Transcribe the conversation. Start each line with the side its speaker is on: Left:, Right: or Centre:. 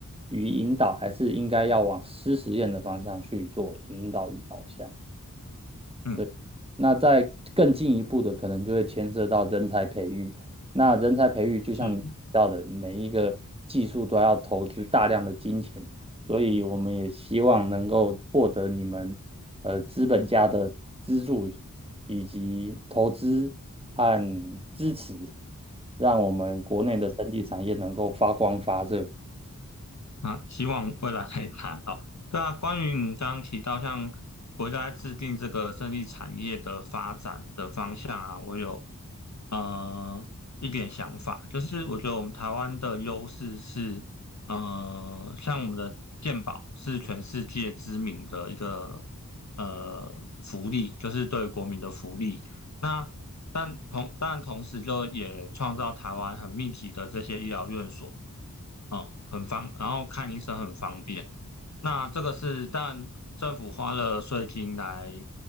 Right: 与引导，还是应该要往湿实验的方向去做引导与导向？
Left: 嗯，
Right: 对。那再更进一步的，可能就会牵涉到人才培育。那人才培育，就像你提到的，
Left: 是。
Right: 每一个技术都要投资大量的金钱，所以我们也希望能够获得你们呃资本家的资助以及投资和支持，让我们国内的生技产业能够发光发热。
Left: 啊，希望未来可以达到。对啊，关于你刚刚提到，像国家在制定这个胜利产业的发展的方向啊，我有呃一点想法，就是我觉得我们台湾的优势是，呃，像我们的健保是全世界知名的一个呃福利，就是对国民的福利。那但同但同时就也创造台湾很密集的这些医疗院所。哦，很方，然后看医生很方便。那这个是但政府花了税金来